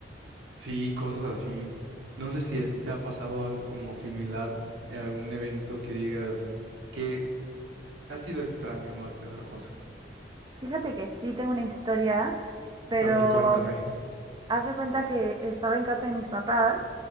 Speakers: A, on the right; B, on the right.
A: Sí, cosas así. No sé si a ti te ha pasado algo como similar en algún evento que digas que ha sido extraño más que otra cosa.
B: Fíjate que sí tengo una historia, pero
A: A ver, cuéntame.
B: haz de cuenta que estaba en casa de mis papás